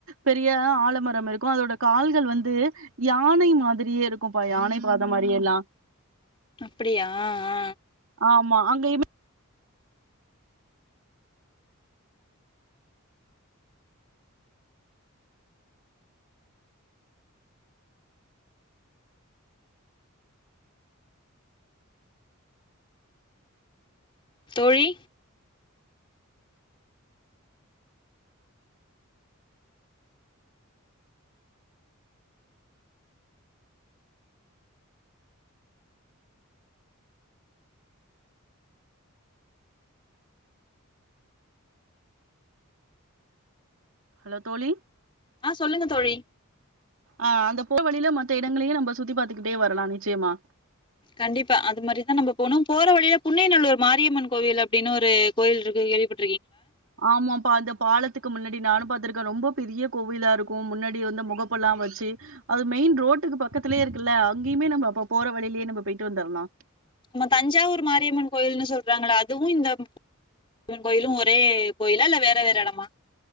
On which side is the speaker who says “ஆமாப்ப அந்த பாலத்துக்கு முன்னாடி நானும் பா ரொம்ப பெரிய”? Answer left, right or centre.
Right